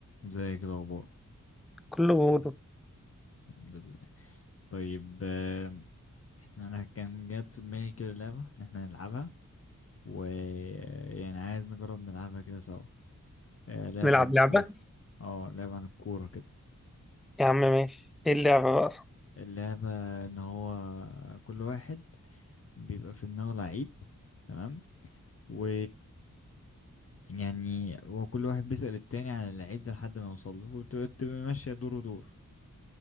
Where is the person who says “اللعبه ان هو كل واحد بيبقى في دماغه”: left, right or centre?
Left